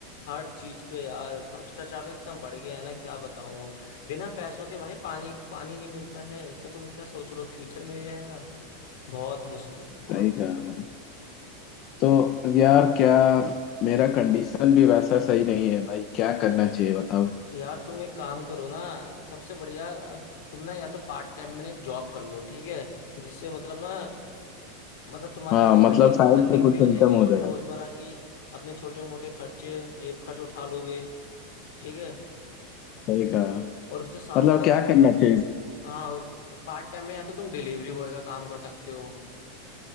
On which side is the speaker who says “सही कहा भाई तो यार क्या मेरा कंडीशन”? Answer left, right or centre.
Left